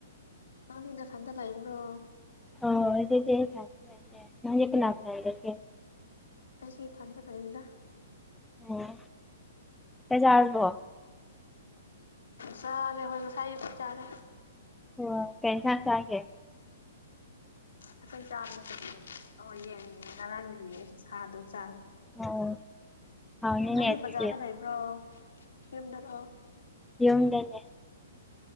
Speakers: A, on the left; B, in the centre.
A: ꯅꯪꯗꯤ ꯅꯊꯟꯇ ꯂꯩꯕ꯭ꯔꯣ
B: ꯑꯣ ꯍꯧꯖꯤꯛꯇꯤ ꯑꯩ ꯏꯊꯟꯇ ꯂꯩꯕꯅꯦ ꯅꯪꯗꯤ ꯀꯅꯥꯒ ꯂꯩꯔꯒꯦ
A: ꯑꯩꯁꯨ ꯏꯊꯟꯇ ꯂꯩꯌꯦꯗ
B: ꯂꯩꯌꯦ ꯀꯩ ꯆꯥꯔꯕꯣ
A: ꯆꯥꯔꯦ ꯍꯣꯏ ꯉꯁꯥꯏ ꯑꯌꯨꯛꯀꯤ ꯆꯥꯔꯦ
B: ꯑꯣ ꯀꯩ ꯏꯟꯁꯥꯡ ꯆꯥꯒꯦ
A: ꯑꯩꯈꯣꯏ ꯆꯥꯕ ꯅꯠꯇꯦ ꯍꯦ ꯑꯣ ꯌꯦꯅꯒꯤ ꯉꯔꯥꯡꯒꯤꯅꯦ ꯁꯥꯗꯧ ꯆꯥꯔꯣ
B: ꯑꯣ ꯍꯥꯎꯅꯤꯅꯦ
A: ꯅꯪꯗꯤ
B: ꯑꯗꯨꯗꯤ
A: ꯕꯖꯥꯔꯗ ꯂꯩꯕ꯭ꯔꯣ ꯌꯨꯝꯗꯥꯔꯣ
B: ꯌꯨꯝꯗꯅꯦ